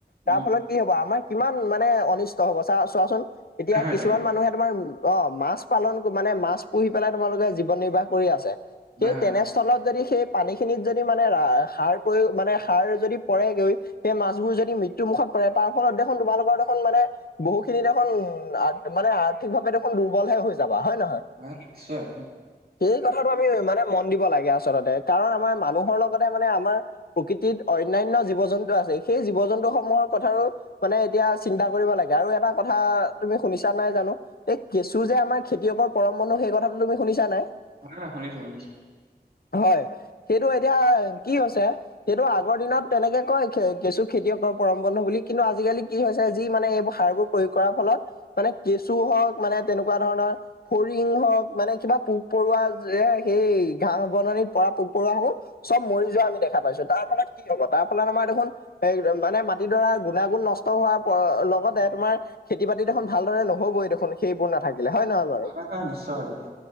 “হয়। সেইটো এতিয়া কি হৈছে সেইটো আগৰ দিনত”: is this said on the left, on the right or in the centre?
Left